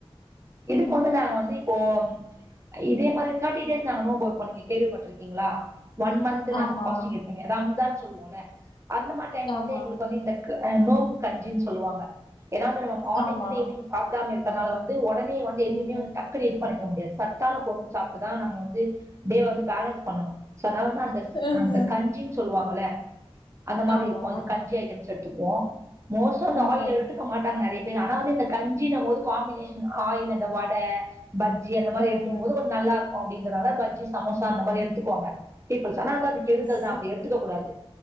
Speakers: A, on the right; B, on the left.
A: இதுக்கு
B: ம்
A: வந்து நாங்க வந்து இப்போம் இதே மாரி ஃதர்டி டேஸ் நாங்க நோம்பு வெப்போ நீங்க கேள்விப்பட்ருக்கீங்கலா ஒன் மன்து நாங்க
B: ஆமா
A: ஃபாஸ்டிங் இருப்போ எ ரம்ஜான் சொல்லுவோம்ல அந்த மாரி டைம்ல
B: ஆமா
A: வந்து எங்களுக்கு வந்து இந்த க அ நோம்பு கஞ்சி ன் சொல்லுவாங்க ஏன்னா அந்த மார்னிங்லந்து
B: ஆமா
A: ஈவனிங் சாப்புடாம இருக்கறதுனால வந்து ஒடனே வாந்து எதுயுமே
B: ம் ம்
A: வந்து டக்குனு இது பண்ணி க்க முடியாது சத்தான பொருள் சாப்ட்டு தா நம்ம வந்து டேவ வந்து பேலன்ஸ் பண்ணணு சொன்னா வந்து அந்த
B: ஆஹ
A: அந்த கஞ்சின்னு சொல்லுவாங்கள்ல அந்த மாரி
B: ஆமா
A: இருக்கு அந்த கஞ்சி ஐடம்ஸ் எட் துப்போ மோஸ்டா அந்த
B: ஆஹ
A: ஆயில் எடுத்துக்க மாட்டாங்க நறைய ஆனா வந்து இந்த கஞ்சினம்மோது காம்பினேஷன் ஆயில் இந்த வட பஜ்ஜி அந்த மாரி
B: ஆஹ
A: எடுத்துக்கும் போது கொஞ்ச நல்லாருக்கு அப்டிங்கதால பஜ்ஜி சமோசா அந்த மாரி எடுத்துக்குவாங்க ஆனா அது கெடுதல்தா
B: ச
A: அப்டி எடுத்துக்க கூடாது